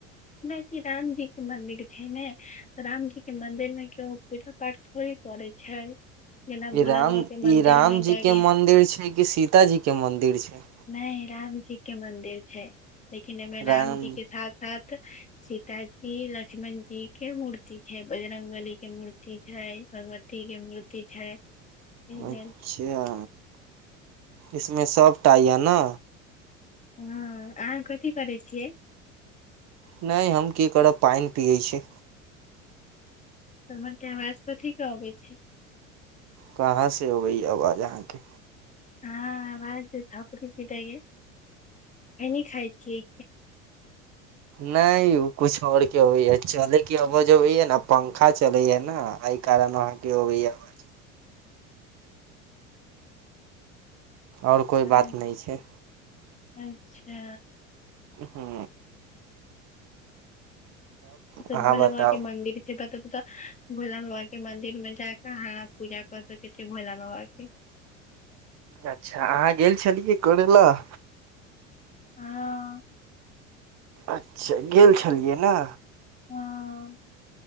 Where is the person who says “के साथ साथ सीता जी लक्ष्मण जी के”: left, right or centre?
Left